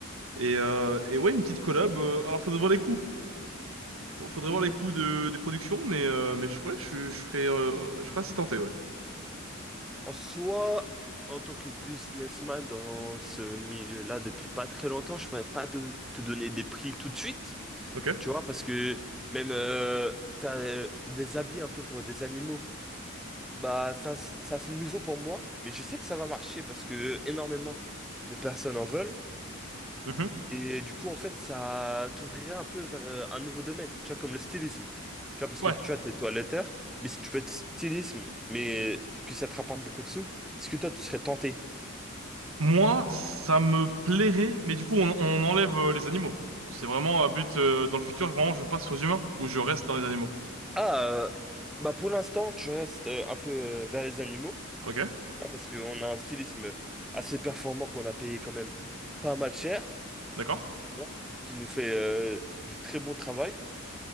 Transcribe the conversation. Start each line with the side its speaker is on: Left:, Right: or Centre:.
Right: Et, euh, et ouais, une petite collab. euh, alors, faudrait voir les coûts. Faut- Faudrait
Centre: Hmm,
Right: voir les coûts de, des productions, mais, euh, mais je, ouais, je, je serais, euh, je serais assez tenté, ouais.
Centre: en soi, en tant que businessman dans ce milieu-là depuis pas très longtemps, je pourrais pas de- te donner des prix tout de suite,
Right: Ok.
Centre: tu vois, parce que même euh, faire euh, des habits un peu pour des animaux, bah, ça, ça c'est nouveau pour moi, mais je sais que ça va marcher parce que énormément de personnes en veulent.
Right: Mhm.
Centre: Et du coup, en fait, ça t'ouvrirait un peu vers euh, un nouveau domaine, tu vois, comme le stylisme. Tu vois, parce
Right: Ouais.
Centre: que tu vois, t'es toiletteur, mais si tu peux être stylisme, mais que ça te rapporte beaucoup de sous, est-ce que toi, tu serais tenté?
Right: Moi, ça me plairait, mais du coup, on, on enlève euh, les animaux. C'est vraiment à but, euh, dans le futur, vraiment, je passe aux humains ou je reste dans les animaux.
Centre: Ah, euh, bah pour l'instant, tu restes euh, un peu euh, vers les animaux,
Right: Ok?
Centre: tu vois, parce qu'on a un stylisme assez performant qu'on a payé quand même pas mal cher,
Right: D'accord?
Centre: tu vois, qui nous fait euh, du très bon travail.